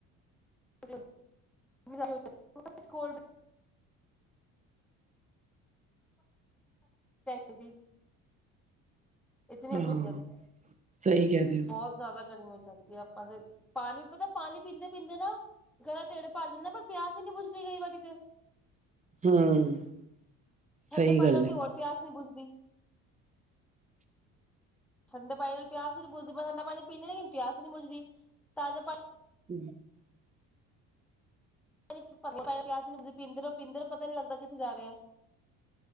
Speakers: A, in the centre; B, on the right.
A: <unintelligible> ਟੈਂਕੀ ਦੀ ਇਤਨੀ
B: ਹੂੰ,
A: ਗਰਮੀ ਹੋ ਜਾਂਦਾ ਹੈ
B: ਸਹੀ ਕਹਿ ਰਹਿ
A: ਬਹੁਤ ਜ਼ਿਆਦਾ ਗਰਮੀ ਹੋ ਜਾਂਦੀ ਏ, ਆਪਾਂ ਦੇ ਪਾਣੀ ਪਤਾ ਪਾਣੀ ਪੀਂਦੇ- ਪੀਂਦੇ ਨਾ ਗਲਾ ਤੇੇੜੇ ਭਰ ਜਾਂਦਾ ਪਰ ਪਿਆਸ ਹੀ ਨਈ ਬੁਜਦੀ ਕਈ ਵਾਰੀ ਤੇ
B: ਹੂੰ
A: ਠੰਡੇ
B: ਸਹੀ
A: ਪਾਣੀ
B: ਗੱਲ
A: ਨਾਲ
B: ਹੈ।
A: ਤੇ ਹੋਰ ਪਿਆਸ ਨੀ ਬੁਜਦੀ। ਠੰਡੇ ਪਾਣੀ ਪਿਆਸ ਹੀ ਨੀ ਬੁਜਦੀ ਬ ਠੰਡਾ ਪਾਣੀ ਪੀਂਦੇ ਨੀ ਪਿਆਸ ਨੀ ਬੁਜਦੀ ਤਾਜ਼ਾ ਪਾਣੀ
B: ਹੂੰ
A: <unintelligible> ਭਰਨੇ ਆ ਪਰ ਪਿਆਸ ਈ ਨੀ ਭੁਜਦੀ, ਪੀਂਦੇ ਰਹੋ ਪੀਂਦੇ ਰਹੋ ਪਤਾ ਨੀ ਲੱਗਦਾ ਕਿਥੇ ਜਾ ਰਿਹਾ।